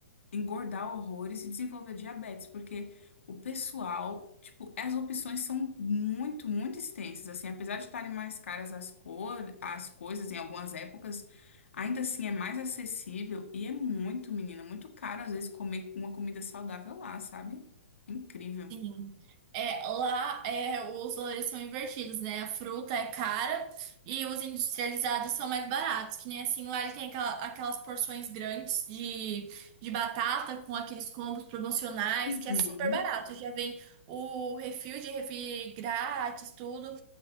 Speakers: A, on the left (about 70°); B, on the right (about 40°).
A: engordar horrores e desenvolver diabetes, porque o pessoal, tipo, as opções são muito, muito extensas. Assim, apesar de estarem mais caras as cor, as coisas em algumas épocas, ainda assim é mais acessível e é muito, menina, muito caro às vezes comer uma comida saudável lá, sabe? Incrível.
B: Sim. É, lá é, os valores são invertidos, né? A fruta é cara e os industrializados são mais baratos. Que nem assim, lá ele tem aquela- aquelas porções grandes de, de batata com aqueles combos promocionais, que
A: Uhum,
B: é super barato. Já vem o refil de refri grátis, tudo.